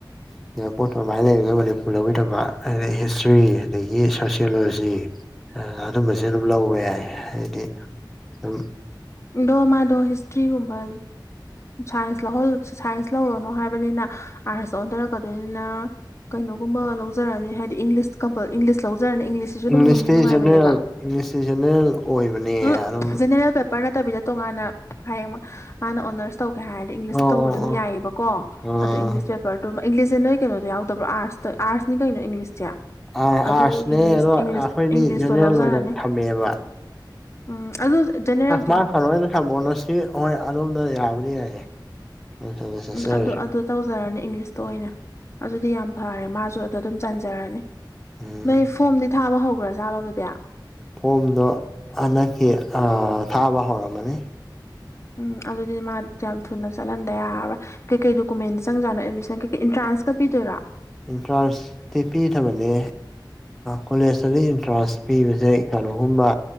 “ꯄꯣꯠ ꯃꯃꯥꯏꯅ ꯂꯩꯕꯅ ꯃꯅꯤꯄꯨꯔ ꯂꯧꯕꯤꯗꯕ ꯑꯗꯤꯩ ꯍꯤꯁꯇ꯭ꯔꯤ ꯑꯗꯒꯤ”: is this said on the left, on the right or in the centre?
Centre